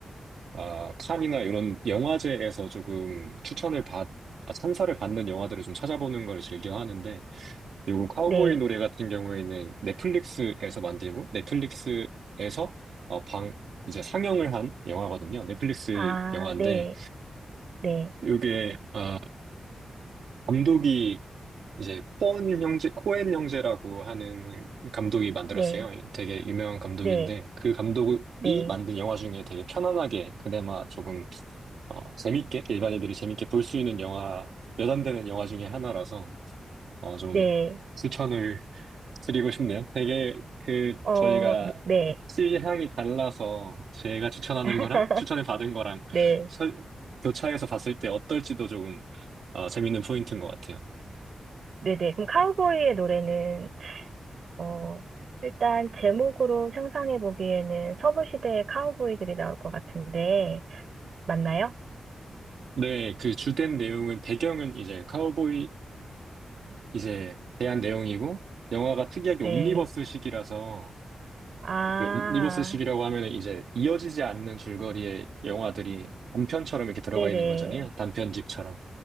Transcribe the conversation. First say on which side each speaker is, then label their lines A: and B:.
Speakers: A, on the right; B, on the right.
A: 아, 칸이나 이런 영화제에서 조금 추천을 받, 아, 찬사를 받는 영화들을 좀 찾아보는 걸 즐겨 하는데, 그리고 카우보이
B: 네.
A: 노래 같은 경우에는 넷플릭스에서 만들고 넷플릭스에서 어, 방 이제 상영을 한 영화거든요. 넷플릭스
B: 아,
A: 영화인데
B: 네. 네,
A: 이게 아, 감독이 이제 코엔 형제 코엔 형제라고 하는 감독이 만들었어요.
B: 네,
A: 되게 유명한 감독인데
B: 네,
A: 그 감독이
B: 네,
A: 만든 영화 중에 되게 편안하게 그나마 조금 어, 재밌게 일반인들이 재밌게 볼 수 있는 영화 몇 안 되는 영화 중에 하나라서 어, 좀
B: 네,
A: 추천을 드리고 싶네요. 되게 그
B: 어,
A: 저희가
B: 네,
A: 취향이 달라서 제가 추천하는
B: <laughs>
A: 거랑 추천을 받은 거랑
B: 네,
A: 설- 교차해서 봤을 때 어떨지도 조금 어, 재밌는 포인트인 것 같아요.
B: 네, 네. 그럼 카우보이의 노래는, 어, 일단 제목으로 상상해 보기에는 서부 시대의 카우보이들이 나올 것 같은데, 맞나요?
A: 네, 그 주된 내용은 배경은 이제 카우보이의 이제 대한 내용이고 영화가 특이하게
B: 네,
A: 옴니버스식이라서
B: 아,
A: 그 옴니버스식이라고 하면은 이제 이어지지 않는 줄거리의 영화들이 단편처럼 이렇게 들어가
B: 네네,
A: 있는 거잖아요. 단편집처럼.